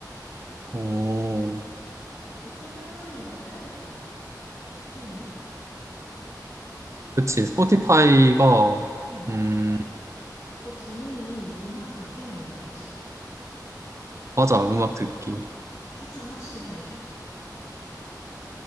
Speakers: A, on the right; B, on the left.
A: 어.
B: 5,800원이면 나도 해야겠다. 괜찮은데?
A: 그치, 스포티파이가,
B: 응.
A: 음,
B: 그 기능이 음악 듣기만 있는 거지.
A: 맞아, 음악 듣기.
B: 추천 확실히 잘해줘.